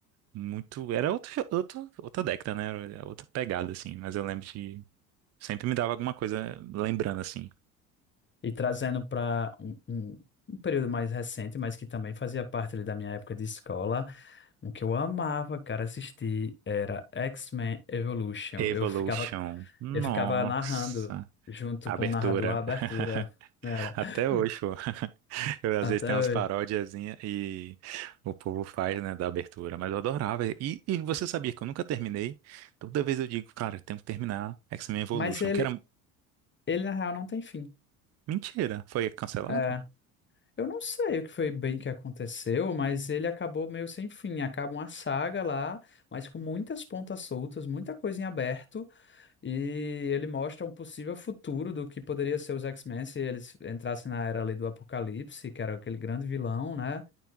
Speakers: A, on the right; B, on the left.
A: muito, era outro, outro, outra década, né? Era outra pegada assim, mas eu lembro de sempre me dava alguma coisa lembrando assim.
B: E trazendo para um, um, um período mais recente, mas que também fazia parte ali da minha época de escola, um que eu amava, cara, assistir era X-Men Evolution.
A: Evolution.
B: Eu ficava,
A: Nossa,
B: eu ficava narrando junto
A: abertura.
B: com o narrador a abertura,
A: <laughs>
B: né, era
A: Até
B: <laughs>
A: hoje, pô. Eu, às
B: até
A: vezes tem umas
B: hoje.
A: parodiazinhas e o povo faz, né, da abertura, mas eu adorava. E, e você sabia que eu nunca terminei? Toda vez eu digo, cara, eu tenho que terminar X-Men Evolution,
B: Mas ele,
A: que era
B: ele na real não tem fim.
A: mentira. Foi cancelado?
B: É, Eu não sei o que foi bem que aconteceu, mas ele acabou meio sem fim. Acaba uma saga lá, mas com muitas pontas soltas, muita coisa em aberto, e ele mostra um possível futuro do que poderia ser os X-Men se eles entrassem na era ali do Apocalipse, que era aquele grande vilão, né?